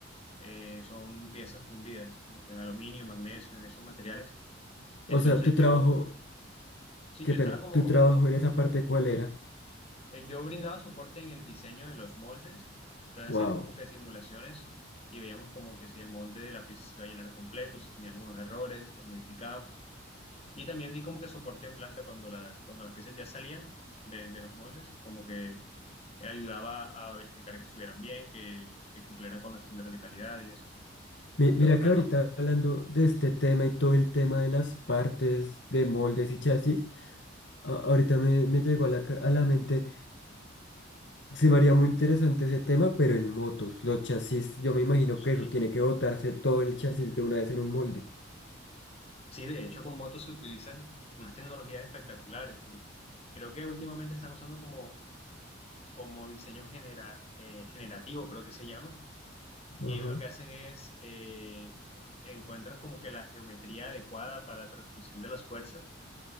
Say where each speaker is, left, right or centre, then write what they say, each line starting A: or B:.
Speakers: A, on the left; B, on the left.
A: eh, son piezas fundidas, como que en aluminio, magnesio, esos materiales, entonces
B: O sea, tu trabajo,
A: yo, sí,
B: qué
A: yo estaba
B: pena,
A: como,
B: tu trabajo
A: como
B: en esa parte, ¿cuál era?
A: Eh, Yo brindaba soporte en el diseño de los moldes, entonces
B: Wow.
A: hacíamos como que simulaciones y veíamos como que si el molde de la pieza se iba a llenar completo, si tenía algunos errores, lo modificábamos. Y también di como que soporte en planta cuando las, cuando las piezas ya salían de, de los moldes, como que ayudaba a verificar que estuvieran bien, que, que cumplieran con los estándares de calidad y eso.
B: mira
A: Lo bacano,
B: que ahorita hablando de este tema y todo el tema de las partes, de moldes y chasis, a- ahorita me, me llegó a la, ca- a la mente. Se me haría muy interesante ese tema, pero en motos. Los chasis, yo me imagino
A: uf,
B: que
A: sí,
B: eso tiene que botarse todo el chasis de una vez en un molde.
A: sí, de hecho con motos se utilizan unas tecnologías espectaculares porque creo que últimamente están usando como como diseño genera- eh, generativo, creo que se llama,
B: Ajá.
A: y ellos lo que hacen es eh, encuentran como que la geometría adecuada para la transmisión de las fuerzas